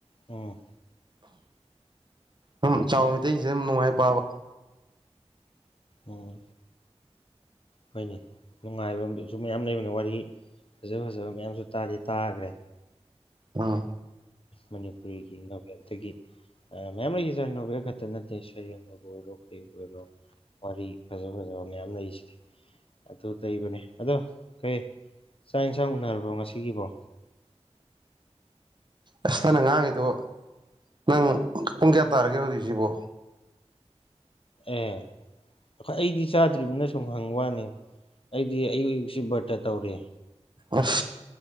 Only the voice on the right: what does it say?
ꯑꯗꯨꯝ ꯆꯥꯎꯕ ꯃꯩꯁꯤ ꯑꯗꯨꯝ ꯅꯨꯡꯉꯥꯏ ꯄꯥꯕ
ꯎꯝ
ꯑꯁ ꯅꯅ ꯉꯥꯡꯉꯤꯗꯣ ꯅꯪ ꯄꯨꯡ ꯀꯌꯥ ꯇꯥꯔꯒꯦ ꯍꯧꯖꯤꯛꯁꯤꯕꯣ
ꯑ